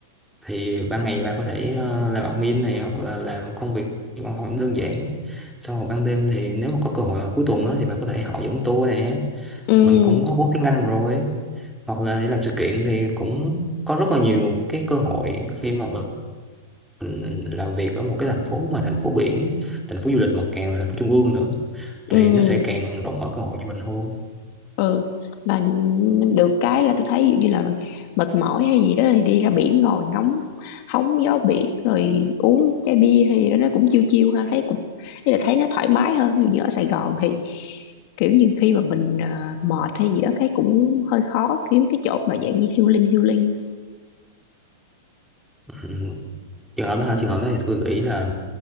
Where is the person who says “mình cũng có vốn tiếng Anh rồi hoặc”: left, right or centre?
Centre